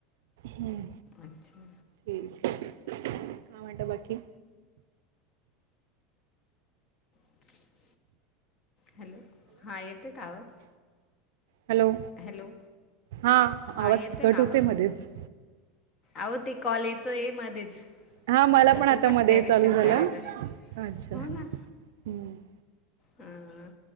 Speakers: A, on the right (about 75°); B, on the left (about 25°).
A: हम्म
B: अच्छा
A: ठीक आहे. काय म्हणता बाकी.
B: <inaudible> हॅलो हा येतोय का आवाज.
A: हॅलो
B: हॅलो
A: हा
B: हां
A: आवाज
B: येतो आहे
A: कट
B: ना
A: होतोय
B: आवाज
A: मध्येच.
B: अहो ते कॉल येतोय मध्येच.
A: हा मला
B: आता
A: पण
B: तो कसा
A: मध्ये
B: काय
A: चालू
B: रिसिव
A: झाला
B: करायचा.
A: अच्छा
B: हो ना
A: हम्म.
B: हम्म